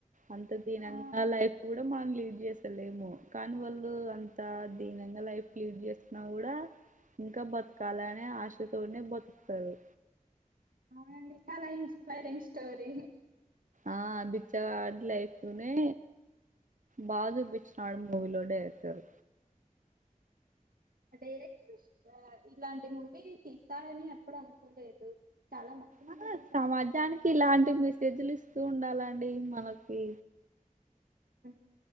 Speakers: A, on the right (about 65°); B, on the right (about 80°).
A: అంత దీనంగా
B: ఆ
A: లైఫ్ కూడా మ లీడ్ చేసిలులేమో కానీ వాళ్ళు అంత దీనంగా లైఫ్ లీడ్ చేస్తున్నా కూడా ఇంకా బతకాలనే ఆశతోనే బతుకుతరు
B: అవునండి చాలా ఇన్స్పైరింగ్ స్టోరీ
A: ఆ బిచ్చగాడి లైఫ్ నే బా చూపించినాడు మూవీలో డైరెక్టర్
B: డైరెక్టర్స్ ఇలాంటి మూవీ తీస్తారని ఎప్పుడు అనుకోలేదు చాలా మంచి మూవీ
A: ఆ,
B: తీసారండి
A: సమాజానికి ఇలాంటి మెసేజ్లు ఇస్తూ ఉండాలండి మనకి
B: ఉ